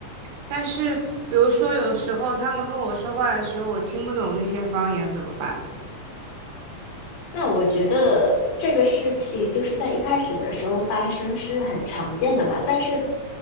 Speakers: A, on the right; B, on the left.
A: 但是，比如说有时候他们跟我说话的时候，我听不懂那些方言怎么办？
B: 那我觉得这个事情就是在一开始的时候发生是很常见的嘛，但是